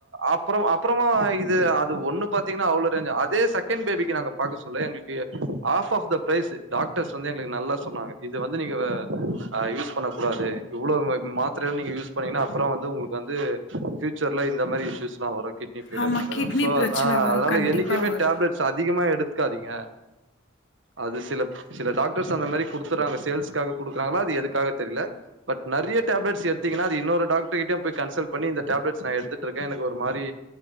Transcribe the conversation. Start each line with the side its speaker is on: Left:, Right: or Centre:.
Right: அப்பற அப்ப ப்றமா இது அது ஒன்னு பாத்தீங்கனா அவ்ளோ ரேஞ்சா அதே செகண்ட் பேபிக்கு நாங்க பாக்க சொல்ல எங்களுக்கு a half of the price doctors வந்து எங்களுக்கு நல்லா சொன்னாங்க இத வந்து நீங்க அ யூஸ் பண்ண கூடாது இவ்ளவு மாத்தரைலா நீங்க யூஸ் பண்ணீங்கனா அப்றோ வந்து உங்களுக்கு வந்து ஃபியூச்சர்ல இந்த மாரி இஷ்யூஸ்லா வரு இஃப் இத
Left: ஆமா
Right: <unintelligible>
Left: கிட்னி
Right: சோ
Left: பிரச்சனை
Right: அது ஆ
Left: வரும்.
Right: அதனால
Left: கண்டிப்பா
Right: என்னைக்குமே
Left: வரும்.
Right: டேப்லட்ஸ் அதிகமா எடுக்காதீங்க அது சில சில டாக்டர்ஸ் அந்த மாரி குடுத்துறாங்க சேல்ஸ்க்காக குடுக்குறாங்களா அது எதுக்காக தெரில பட் நெறையா டேப்லட்ஸ் எடுத்தீங்கனா அது இன்னொரு டாக்டர்கிட்டயு போய் கன்சல்ட் பண்ணி இந்த டேப்லட்ஸ் நா எடுத்துட்ருக்கே எனக்கு ஒரு மாரி